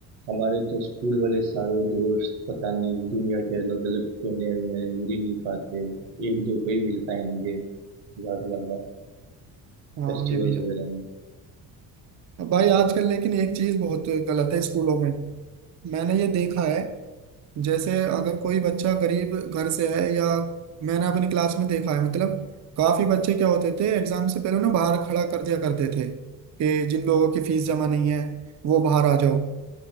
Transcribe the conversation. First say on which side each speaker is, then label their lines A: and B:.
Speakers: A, on the right (about 85°); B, on the right (about 40°).
A: हमारे तो स्कूल वाले सारे दोस्त पता नहीं दुनिया के अलग अलग कोने में हैं, मिल ही नहीं पाते एक दो को ही मिल पाएंगे ज्यादा ज्यादा
B: हाँ
A: फेस्टिवल्स
B: ये भी है
A: वगैरह
B: अब भाई आजकल लेकिन एक चीज बहुत गलत है स्कूलों में मैंने ये देखा है जैसे अगर कोई बच्चा गरीब घर से है या मैंने अपनी क्लास में देखा है मतलब काफी बच्चे क्या होते थे एग्जाम से पहले ना बाहर खड़ा कर दिया करते थे कि जिन लोगों की फीस जमा नहीं है वो बाहर आ जाओ